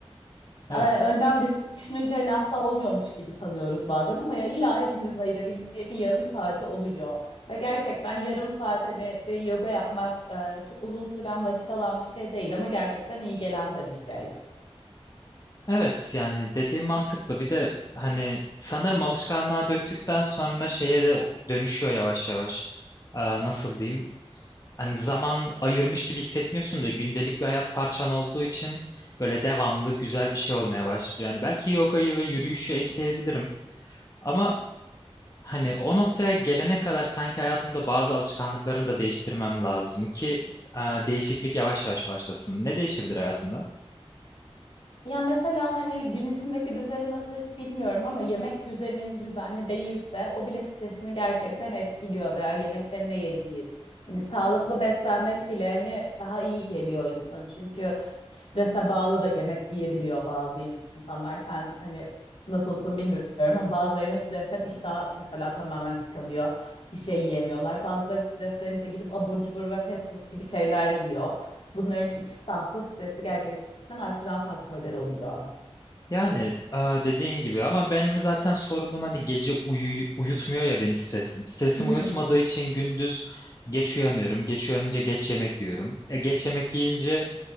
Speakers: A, on the left; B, on the left.
A: Evet.
B: Ee, önden düşününce hani asla olmuyormuş gibi sanıyoruz bazen ama ya illa hepimizin ayırabileceği bir yarım saati oluyor. Ve gerçekten yarım saat hani bir yoga yapmak e, çok uzun süren vakit alan bir şey değil ama gerçekten iyi gelen de bir şey.
A: Evet yani dediğim mantıklı. Bir de hani sanırım alışkanlığa döktükten sonra şeye de o- dönüşüyor yavaş yavaş. Eee, nasıl diyeyim? Hani zaman ayırmış gibi hissetmiyorsun da gündelik bir hayat parçan olduğu için böyle devamlı güzel bir şey olmaya başlıyor. Yani belki yogayı ve yürüyüşü ekleyebilirim. Ama Hani o noktaya gelene kadar sanki hayatımda bazı alışkanlıklarımı da değiştirmem lazım ki e, değişiklik yavaş yavaş başlasın. Ne değişebilir hayatımda?
B: Ya mesela hani gün içindeki düzeni nasıl hiç bilmiyorum ama yemek düzenin düzenli değilse o bile stresini gerçekten etkiliyor veya yemekten ne yediğin. Hani sağlıklı beslenmek bile hani daha iyi geliyor insan. Çünkü strese bağlı da yemek yiyebiliyor bazı insanlar. Sen hani nasılsın bilmiyorum ama bazılarının stresten iştah mesela tamamen tıkanıyor. Bir şey yiyemiyorlar. Bazıları streslenince gidip abur cubur ve fast food gibi şeyler yiyor. Bunların ikisi de aslında stresi gerçekten artıran faktörler oluyor.
A: Yani e, dediğin gibi ama benim zaten sorunum hani gece uyu, uyutmuyor ya beni stresim. Stresim
B: Hı hı.
A: uyutmadığı için gündüz geç uyanıyorum. Geç uyanınca geç yemek yiyorum. E, geç yemek yiyince